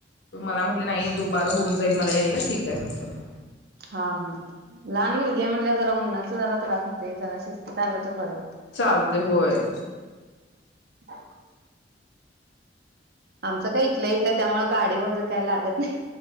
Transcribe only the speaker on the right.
हा हा लहान मुलगीये म्हणल्याव जरा उन्हाच जरा त्रास होतेय, जरा शिस्तीत आल तर बर
हो <inaudible> आमचं काय इथल्या इथ त्यामुळे गाडी वगैरे काही लागत नाही.